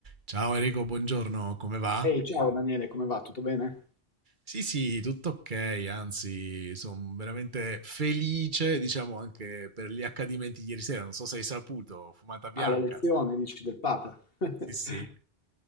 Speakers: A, on the right; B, on the left.
A: Ciao Enrico, buongiorno, come va?
B: Ehi, ciao Daniele, come va? Tutto bene?
A: Sì, sì, tutto ok, anzi, sono veramente felice, diciamo, anche per gli accadimenti di ieri sera. Non so se hai saputo, fumata bianca.
B: Ah, la lezione, dici, del Papa. <laughs>
A: Sì, sì.